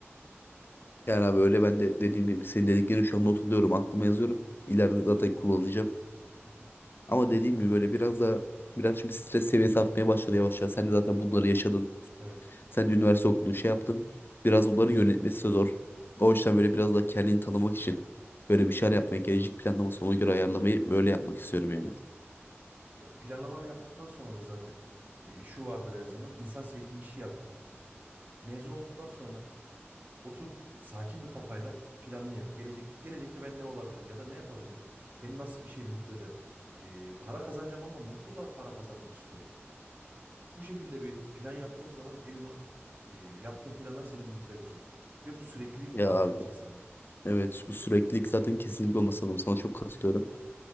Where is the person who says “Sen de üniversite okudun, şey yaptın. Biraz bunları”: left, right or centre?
Left